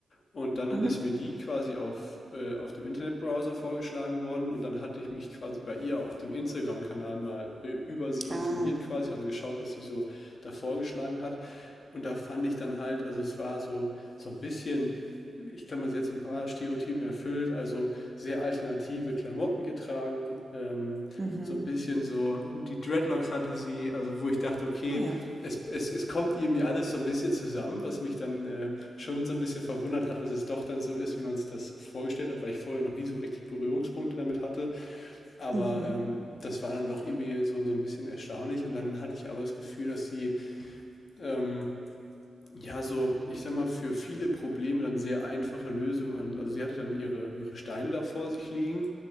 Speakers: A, on the left; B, on the right.
A: Und dann
B: Mhm.
A: ist mir die quasi auf, äh, auf dem Internetbrowser vorgeschlagen worden und dann hatte ich mich quasi bei ihr auf dem Instagram-Kanal mal äh, über sie
B: Ah.
A: informiert quasi, also geschaut, was sie so da vorgeschlagen hat. Und da fand ich dann halt, also es war so, so ein bisschen, ich kann man jetzt so ein paar Stereotypen erfüllt, also sehr alternative Klamotten getragen, ähm,
B: Mhm.
A: so ein bisschen so, die Dreadlocks hatte sie, also wo ich dachte, okay,
B: Naja.
A: es, es, es kommt irgendwie alles so ein bisschen zusammen, was mich dann äh, schon so ein bisschen verwundert hat, dass es doch dann so ist, wie man sich das vorgestellt hat, weil ich vorher noch nie so richtig Berührungspunkte damit hatte. Aber
B: Mhm.
A: ähm, das war dann doch irgendwie so, so ein bisschen erstaunlich. Und dann hatte ich aber das Gefühl, dass sie ähm, ja, so, ich sag mal, für viele Probleme dann sehr einfache Lösungen an. Also sie hatte dann ihre, ihre Steine da vor sich liegen